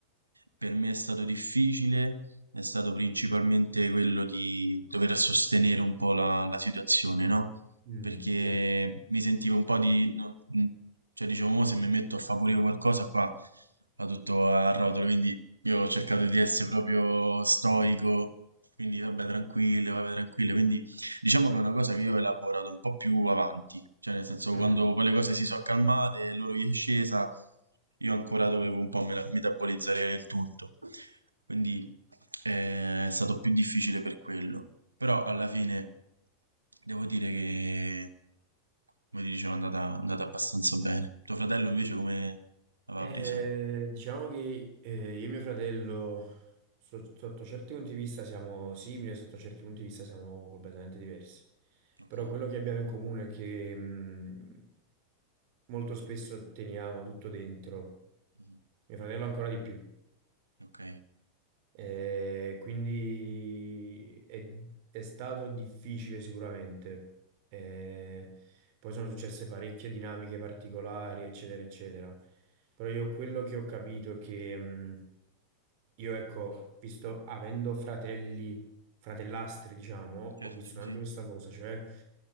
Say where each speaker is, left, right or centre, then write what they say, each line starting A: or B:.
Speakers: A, on the right (about 85°); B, on the right (about 45°).
A: per me è stato difficile, è stato principalmente quello di dover sostenere un po' la, la situazione, no?
B: Mm,
A: Perché
B: certo.
A: mi sentivo un po' di... non- mh, cioè dicevo, "Mo se mi metto a favorire qualcosa qua va tutto a rotolo, quindi io ho cercato di essere proprio stoico, quindi vabbè tranquillo, vabbè tranquillo, quindi Diciamo che è una cosa che io ho elaborato un po' più avanti, cioè nel senso
B: Mm.
A: quando poi le cose si sono calmate e loro gli è scesa, io ancora dovevo un po' mela- metabolizzare il tutto, quindi eh, è stato più difficile per quello, però alla fine devo dire che, come ti dicevo, è andata, è andata abbastanza bene. Tuo fratello invece come l'aveva
B: Eh,
A: presa?
B: diciamo che eh, io e mio fratello, so- sotto certi punti di vista siamo simili, sotto certi punti di vista siamo completamente diversi.
A: Ok,
B: Però quello che abbiamo in comune è che... mm, molto spesso teniamo tutto dentro,
A: Mhm.
B: mio fratello ancora di più.
A: ok,
B: Eh, quindi è, è stato difficile sicuramente. Eh, poi sono successe parecchie dinamiche particolari, eccetera, eccetera. Però io quello che ho capito è che mh, io, ecco, visto avendo fratelli fratellastri, diciamo,
A: certo,
B: ho vissuto
A: sì,
B: anche questa cosa, cioè